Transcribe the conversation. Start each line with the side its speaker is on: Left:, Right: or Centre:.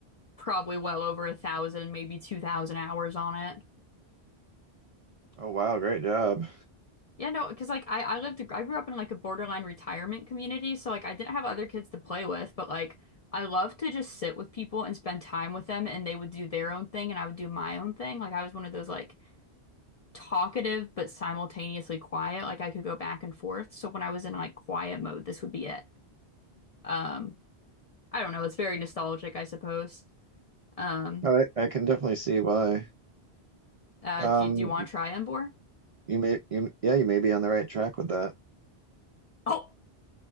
Left: probably well over a thousand, maybe two thousand hours on it.
Right: Oh wow, great job.
Left: Yeah, no, because like I, I lived, I grew up in like a borderline retirement community. So like I didn't have other kids to play with, but like I love to just sit with people and spend time with them and they would do their own thing and I would do my own thing. Like I was one of those like talkative but simultaneously quiet. Like I could go back and forth. So when I was in like quiet mode, this would be it. Um, I don't know. It's very nostalgic, I suppose. Um,
Right: I I can definitely see why.
Left: uh,
Right: Um,
Left: do you, do you want to try Embor?
Right: You may you yeah, you may be on the right track with that.
Left: Oh,